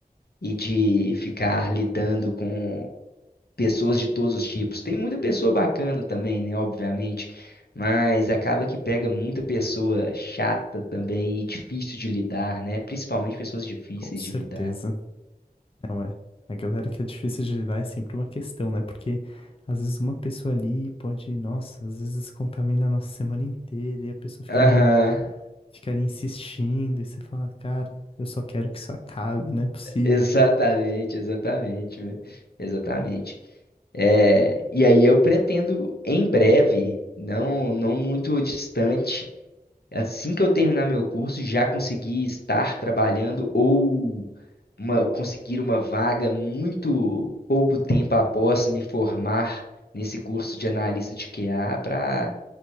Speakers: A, on the left; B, on the left.
A: e de ficar lidando com pessoas de todos os tipos. Tem muita pessoa bacana também, né? Obviamente, mas acaba que pega muita pessoa chata também e difícil de lidar, né? Principalmente pessoas difíceis
B: Com certeza.
A: de lidar.
B: Não é. A galera que é difícil de lidar é sempre uma questão, né? Porque às vezes uma pessoa ali pode, nossa, às vezes contamina a nossa semana inteira e a pessoa fica
A: Aham,
B: mandando Fica ali insistindo e você fala, cara, eu só quero que isso acabe, não é possível.
A: <laughs> exatamente, exatamente, velho. Exatamente. É, e aí eu pretendo em breve, não não muito distante, Assim que eu terminar meu curso, já conseguir estar trabalhando ou uma- conseguir uma vaga muito pouco tempo após me formar nesse curso de analista de QA para,